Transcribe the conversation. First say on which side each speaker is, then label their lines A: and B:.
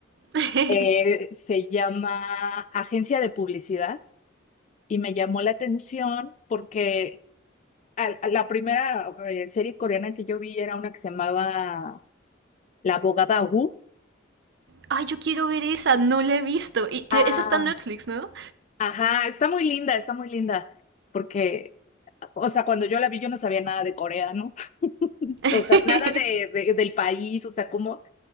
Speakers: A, on the right; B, on the left.
A: <laughs>
B: <laughs> eh, se llama Agencia de Publicidad y me llamó la atención porque al- a la primera eh, serie coreana que yo vi era una que se llamaba La abogada Wu.
A: Ay, yo quiero ver esa, no la he visto. Y cre-
B: Ah,
A: esa está en Netflix, ¿no?
B: ajá, está muy linda, está muy linda, porque, o sea, cuando yo la vi yo no sabía nada de Corea, ¿no? <laughs>
A: <laughs>
B: O sea, nada de, de- del país, o sea, cómo,